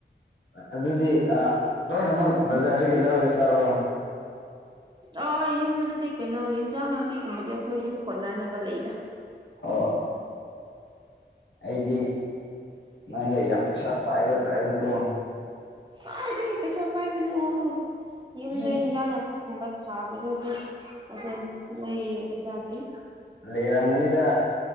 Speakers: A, on the left (about 80°); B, on the right (about 25°).
A: ꯑꯗꯨꯗꯤ ꯑꯥ ꯂꯣꯏꯅꯃꯛ ꯕꯖꯥꯔꯗꯒꯤ ꯂꯧꯔꯒ ꯆꯥꯕ꯭ꯔꯣ
B: ꯑ‌ꯣ ꯌꯨꯝꯗꯗꯤ ꯀꯩꯅꯣ ꯏꯟꯖꯥꯡ ꯅꯥꯄꯤꯒꯨꯝꯕꯗꯤ ꯑꯩꯈꯣꯏ ꯑꯗꯨꯝ ꯀꯣꯟꯅꯅꯕ ꯂꯩꯗ
A: ꯑꯣ ꯑꯩꯗꯤ ꯅꯪꯖꯦ ꯌꯥꯝ ꯄꯩꯁꯥ ꯄꯥꯏꯕ ꯇꯥꯏꯕꯀꯣ
B: ꯀꯥꯏꯗꯒꯤ ꯄꯩꯁꯥ ꯄꯥꯏꯕꯅꯣ ꯌꯨꯝꯗ
A: ꯏ
B: ꯍꯤꯟꯖꯥꯡ ꯅꯥ ꯀꯨꯝꯕꯥ ꯊꯥꯕꯤꯗ‌ꯣ ꯑꯗꯨ ꯑꯗꯨꯅ‌ꯦ ꯂꯩꯔꯥ ꯒꯗꯤ ꯆꯥꯗ‌ꯦ
A: ꯂꯩꯔꯝꯒꯅꯤꯗꯥ